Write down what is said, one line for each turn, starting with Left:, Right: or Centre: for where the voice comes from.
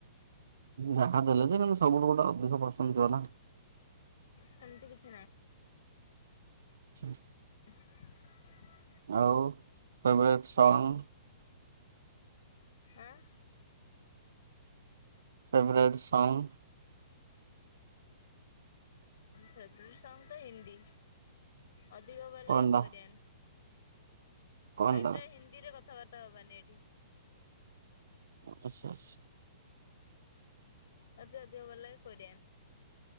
Right: ଯାହା ଦେଲେ ଯେ କିନ୍ତୁ ସବୁଠୁ ଗୋଟେ ଅଧିକ ପସନ୍ଦ ିବ ନା।
Left: ସେମିତି କିଛି ନାହିଁ
Right: ଆଚଛା।
Left: <inaudible>
Right: ଆଉ ଫେବରେଟ୍ ସଙ୍ଗ
Left: ଆଁ।
Right: ଫେବରଟ ସଙ୍ଗ
Left: ଫେବରଟ୍ ସଙ୍ଗ ତ ହିନ୍ଦୀ ଅଧିକ ଭଲ
Right: କଣଟା
Left: ଲାଗେ କୋରିଆନ୍
Right: କଣଟା?
Left: ଆ ଏଟା ହିନ୍ଦୀରେ କଥାବାର୍ତ୍ତା ହବାନି ଏଇଠି
Right: ଆଚ୍ଛା ଆଚ୍ଛ।
Left: ଆଜଦ ଭଲ କରିନ୍